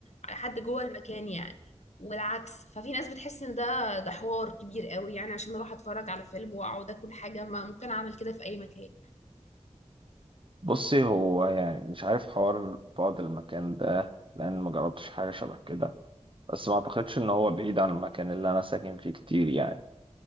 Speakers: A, on the left (about 65°); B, on the right (about 45°).
A: حد جوه المكان يعني والعكس ففي ناس بتحس ان ده ده حوار كبير قوي يعني عشان اروح اتفرج على فيلم واقعد اكل حاجه ما ممكن اعمل كده في اي مكان
B: بصي هو يعني مش عارف حوار بعد المكان ده لان ما جربتش حاجة شبه كده بس ما اعتقدش ان هو بعيد عن المكان اللي انا ساكن فيه كتير يعني